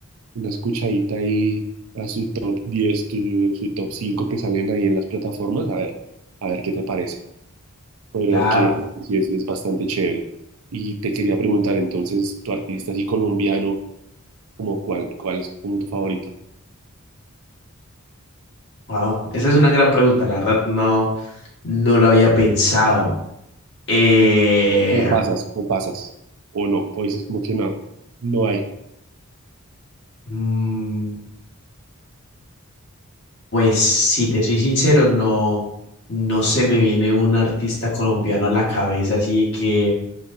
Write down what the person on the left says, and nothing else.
Claro,
wow. Esa es una gran pregunta, la verdad, no, no lo había pensado. Eh,
mm, pues si te soy sincero, no, no se me viene un artista colombiano a la cabeza así que